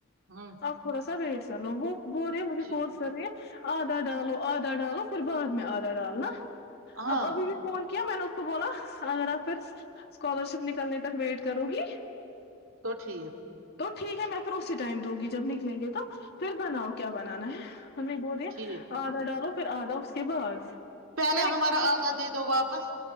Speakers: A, on the right (about 70°); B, on the left (about 50°).
A: ہوں
B: آپ تھوڑا سا ویٹ چلو وہ بورے مجھے
A: ٹھیک
B: فورس کرری آدھا ڈالو آدھا ڈالو پھر بعد میں آدھا ڈال نا
A: ہاں
B: اب ابھی بھی فون کیا میں نے اس کو بولا اگر آپ پھر اسکالر شپ نکلنے تک ویٹ کروں گی
A: تو ٹھیک
B: تو ٹھیک ہے میں پھر اسی ٹائم دوں گی جب نکلیں گے تو پھر بناؤ کیا بنانا ہے ہمیں بہود
A: ٹھیک
B: آ د ڈالو پھر آدا اس کے بعد
A: پہلے
B: میں نے
A: ہمارا
B: کہا
A: آدا دے دو واپس